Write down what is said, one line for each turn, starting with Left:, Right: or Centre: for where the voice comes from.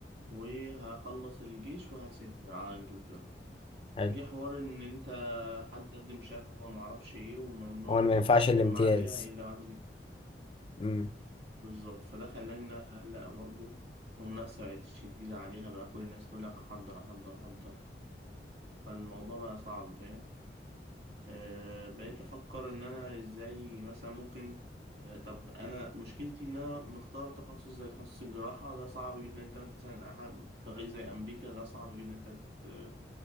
Right: وهخلص الجيش وهسافر على انجلترا
Left: حلو
Right: جه حوار ان انت حد قدم شكوى ومعرفش ايه وممنوع
Left: هو
Right: ان
Left: ما
Right: انت
Left: ينفعش
Right: تقدم
Left: الامتياز
Right: عليها الا بعد
Left: امم
Right: بالظبط فده خلاني اقلق برضه والمنافسه بقت شديده عليها بقى كل الناس تقول لك احضر احضر احضر فالموضوع بقى صعب فاهم أه بقيت افكر ان انا ازاي مثلا ممكن أه طب انا مشكلتي ان انا مختار تخصص زي تخصص الجراحه ده صعب جدا انت مثلا أح- طريق زي امريكا ده صعب جدا انت ت-